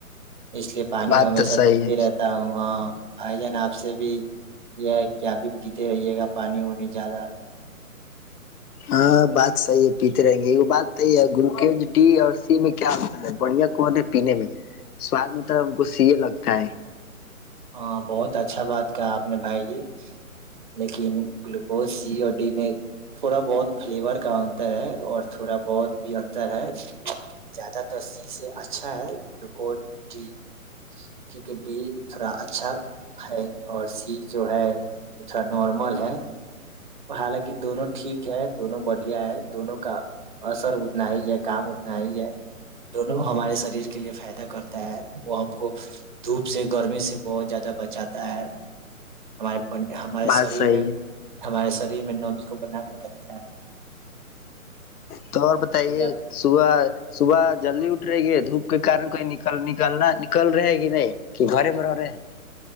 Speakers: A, on the right; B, on the left.
A: اس لیے پانی
B: بات
A: ہمیشہ
B: تو صحیح
A: پیتے
B: ہے
A: رہتا ہوں ہ بائی جان آپ سے بھی یہ ہے کہ ابھی پیتے رہیے گا پانی وانی زیادہ
B: ہاں بات صحیح ہے پیتے رہیں گے یہ بات صحی ہے گلوکز ڈی اور سی میں کیا آتا ہے بڑھیا کون ہے پینے میں سواد میں تو ہم کو سی یہ لگتا ہے
A: ہاں بہت اچھا بات کہا آپ نے بھائی جی لیکن گلوکوز سی اور ڈی میں تھوڑا بہت فلیور کا انتر ہے اور تھوڑا بہت بھی انتر ہے زیادہ تر سی سے اچھا ہے گلوکوز ڈی کیونکہ ڈی تھڑا اچھا ہے اور سی جو ہے وہ تھوڑا نارمل ہے اور حالانکہ دونوں ٹھیک ہے دونوں بڑھیا ہے دونوں کا اثر اتنا ہی ہے کام اتنا ہی ہے دونوں ہمارے شریر کے لیے فائدہ کرتا ہے وہ ہم کو دھوپ سے گرمی سے بہت زیادہ بچاتا ہے ہمارے ہمارے
B: بات
A: شریر
B: صحیح
A: میں
B: ہے
A: ہمارے سری میں نوبی کو بنا کر رکھتا ہے
B: تو اور
A: اس
B: بتائیے
A: لیے
B: صبح صبح جلدی اٹ رہی گ دھوپ کے کن کوئی نکل نکلنا نکل رہے ہے کہ نہیں کہ گھرے میں رہ رہے ہیں